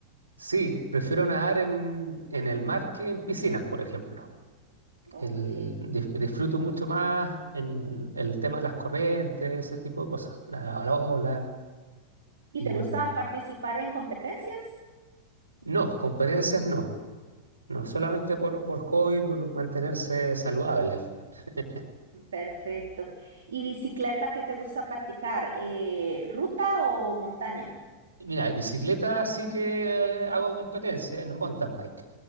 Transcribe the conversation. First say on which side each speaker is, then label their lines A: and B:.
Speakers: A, on the right; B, on the right.
A: Sí, prefiero nadar en, en el mar que en piscinas, por ejemplo.
B: Ok.
A: el- di- disfruto mucho más en el tema de las corrientes, ese tipo de cosas, la, la ola.
B: ¿Y
A: Y,
B: te gusta
A: mm,
B: participar en competencias?
A: no, competencias no. No, solamente por, por hobby, por mantenerse saludable al final. <laughs>
B: Perfecto. ¿Y bicicleta qué te gusta practicar? Eh, ¿ruta o montaña?
A: Mira, en bicicleta sí que eh, hago competencia en mountain bike.